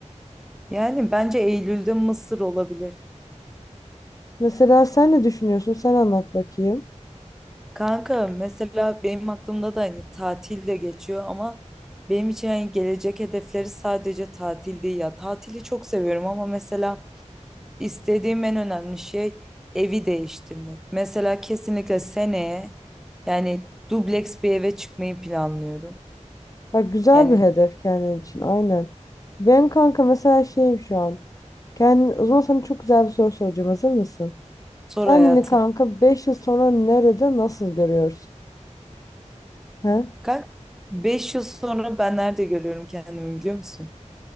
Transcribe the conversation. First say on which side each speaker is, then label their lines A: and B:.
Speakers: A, in the centre; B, on the left.
A: Yani bence Eylül'de Mısır olabilir.
B: Mesela sen ne düşünüyorsun? Sen anlat bakayım.
A: Kanka mesela benim aklımda da hani tatil de geçiyor ama benim için hani gelecek hedefleri sadece tatil değil ya. Tatili çok seviyorum ama mesela İstediğim en önemli şey evi değiştirmek. Mesela kesinlikle seneye yani dubleks bir eve çıkmayı planlıyorum.
B: Bak güzel
A: Yani
B: bir hedef kendin için aynen. Ben kanka mesela şeyim şu an. Kendi, o zaman sana çok güzel bir soru soracağım. Hazır mısın?
A: sor
B: Kendini
A: hayatım.
B: kanka 5 yıl sonra nerede nasıl görüyorsun? He?
A: Kalk. Beş yıl sonra ben nerede görüyorum kendimi biliyor musun?